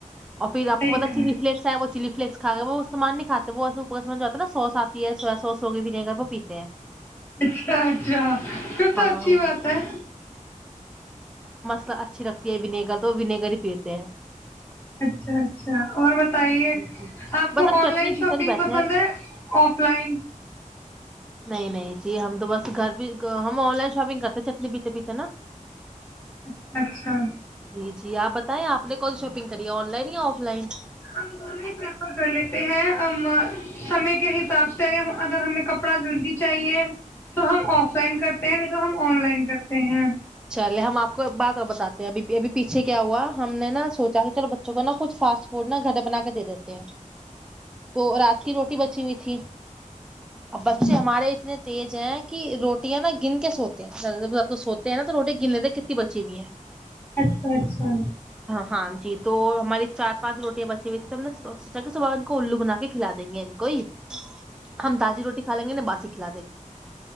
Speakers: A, in the centre; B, on the left.
A: اور پھر
B: صحیح
A: آپ کو پتا
B: کرا
A: چلی فلیکس ہے وہ چلی فلس کھا وہ سان نہیں کاتے وہسےوپ کا سان آتا نا سوس آتی ہے سواس سوس ہوگی بھی نہیں وہ پیتے ہیں
B: اچھا اچھا پھر تو
A: ہاں
B: اچھی بات ہے
A: ب اچھی لگتی ہے ونیگر تو وہ ونیگر ہی پیتے ہیں
B: اچھا اچھا اور بتائیے
A: جی جی
B: آپ
A: بس
B: کو
A: اب
B: آن
A: چٹنی
B: لائن
A: پی
B: شاپنگ
A: کر ہی بیٹھے
B: پسند
A: ہیں
B: ہے آف لائن
A: نہیں نہیں جی ہم تو بس گھر بھی ہم آن لائن شاپنگ کرتے چٹنی پیتے پیتے نا
B: اچھ اچھا
A: جی جی آپ بتائیں آپ نے ک شاپنگ کریے آن لائن یا آف لائن
B: ہم دونوں ہی پریفر کر لیتے ہیں ہم سے کے حساب سے اگر ہمیں کپڑا جلدی چاہیے تو ہم آف لائن کرتے ہیں نہیں تو ہم آن لائن کرتے ہیں
A: چلے ہم آپ کو بعد می بتاتے ہیں بھی ابھی پیھ اچھے کیا ہوا ہم نے نا سوچا کہ چلو بچوں کو نا کچھ فاسٹ فوڈ نا گھر پ بنا کے دے دیتے ہیں وہ رات روٹی بچی ہوئی تھی اب بچے ہمارے اتنے تیز ہیں کہ روٹیاں نا گن کے سوتے ہیں سوتے ت نہا تو روٹی گننے ت کتی بچی بھی ہے
B: اچھا اچھا
A: ہاں جی تو ہماری چار پانچ روٹیاں بچی ہوئی تیں تو ہم نے سوچا کہ صبح ان کو الو بنا کے کھلا دیں گے ان کو ہی ہم تازی روٹی کھا لیں گے نا باسی کھلا دیں گے